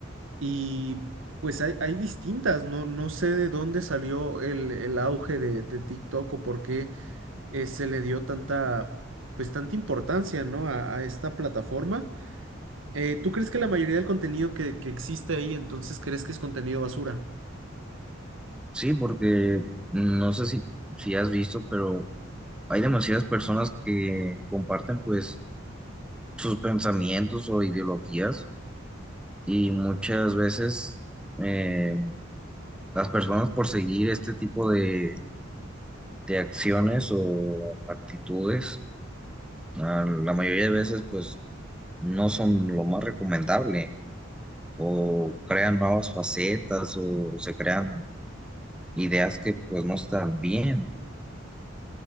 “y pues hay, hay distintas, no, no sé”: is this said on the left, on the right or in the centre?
Right